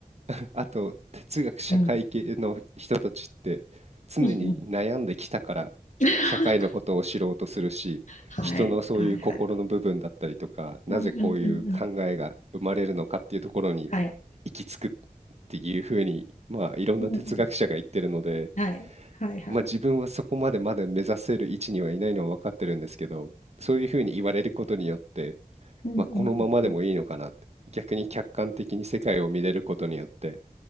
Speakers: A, on the right; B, on the left.
A: <laughs> あと哲学社会系の人たちって常に悩んできたから
B: うん。うんうん。<laughs>
A: 社会のことを知ろうとするし、
B: はい、
A: 人のそういう心の部分だったりとか、
B: はい、はい。
A: なぜこういう考えが生まれるのかっていうところに
B: うんうんうんうん。はい。
A: 行き着くっていうふうに、まあいろんな哲学者が言ってるので、
B: うんうんはい。はいはい。
A: まあ、自分はそこまでまだ目指せる位置にはいないのは分かってるんですけど、そういうふうに言われることによって、
B: うんうんうん。
A: まあ、このままでもいいのかなって、逆に客観的に世界を見れることによって、